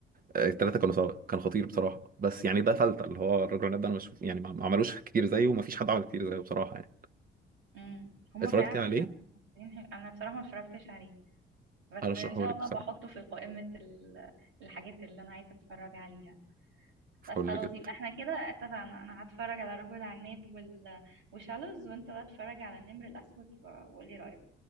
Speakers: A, on the right; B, on the right.
A: آه، التلاته كانوا سوا كان خطير بصراحه بس يعني ده فلتة اللي هو الرجل العناب ده انا مش يعني ما ما عملوش <laughs> كتير زيه وما فيش حد عمل كتير زيه بصراحه يعني
B: مم. هما
A: اتفرجت
B: فعلا
A: عليه
B: ممثلين حلو. انا بصراحة ما اتفرجتش عليه بس
A: هرشحه
B: ان شاء
A: لك
B: الله
A: بصراحه
B: بحطه في قائمة ال- الحاجات اللي انا عايزة اتفرج عليها
A: فل
B: بس خلاص
A: جدا
B: يبقى احنا كده اتفقنا انا هتفرج على رجل عناب وال... وشالوز وانت بقى اتفرج على النمر الاسود و- وقولي رايك